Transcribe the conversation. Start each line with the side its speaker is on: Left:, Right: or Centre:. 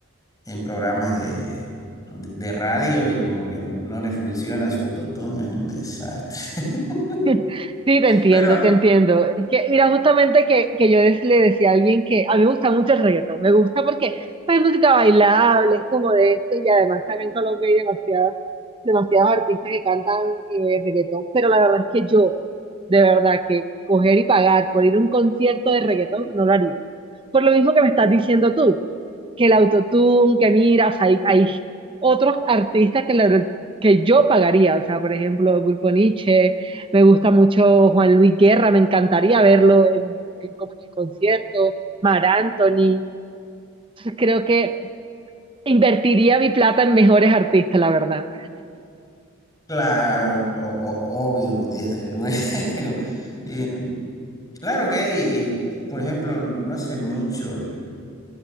Left: en programas de... de de radio y como que no les funciona su autotune, es un desastre. <laughs>
Right: <laughs> Sí, te entiendo,
Left: Bueno,
Right: te entiendo. Es que, mira, justamente que, que yo des- le decía a alguien que a mí me gusta mucho el reggaetón, me gusta porque pues, es música bailable, es como de esto, y además acá en Colombia hay demasiadas, demasiados artistas que cantan eh, reggaetón, pero la verdad es que yo, de verdad, que coger y pagar por ir a un concierto de reggaetón no lo haría. Por lo mismo que me estás diciendo tú, que el autotune, que miras, hay, hay otros artistas que, la- que yo pagaría, o sea, por ejemplo, Grupo Niche me gusta mucho Juan Luis Guerra, me encantaría verlo en, en como en concierto, Mar Anthony. Creo que invertiría mi plata en mejores artistas, la verdad.
Left: Claro, o- o- obvio, desde luego. <laughs> Eh, claro que hay, este, por ejemplo, no hace mucho,